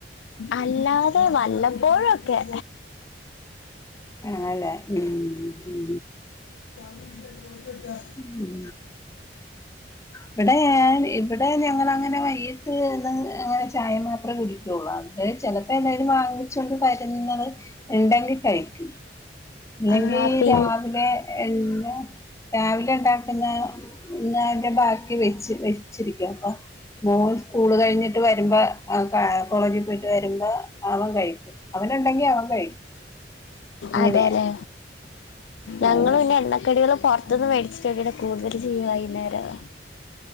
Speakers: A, on the left (about 80°); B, on the left (about 15°).
A: അല്ലാതെ വല്ലപ്പോഴൊക്കെ.
B: ആല്ലേ ഉംആ ഹ്
A: <unintelligible>
B: ഉം ഇവിടെ ഇവിടെ ഞങ്ങളഅങ്ങനെ വൈകിട്ട് അങ്ങനെ ചായ മാത്ര കുടിക്കുള്ളൂ. അതായത് ചിലപ്പോ എന്തായാലും വാങ്ങിച്ചൊണ്ട് വരണത് ഉണ്ടെങ്കിൽ കഴിക്കും. അല്ലെങ്കി
A: ആ പി
B: രാവിലെ എല്ലാ. രാവിലെ ഉണ്ടാക്കുന്നന്റെ ബാക്കി വെച്ച്. ചിരിക്കഅപ്പ മോൻ സ്കൂള് കഴിഞ്. വരുമ്പോ കോളേജിൽ പോയിട്ട് വരുമ്പോ അവൻ കഴിക്കും അവനുണ്ടെങ്കി അവൻ കഴിക്കും. അങ്ങനെയാ
A: അതെല്ലെ ഞങ്ങള്
B: ആഹ്
A: പിന്നെ എണ്ണക്കടികള് പുറത്ന്ന് മേടിച്ചിട്ടണ്. കൂടുതൽ ചെയീ വൈകുന്നേരം.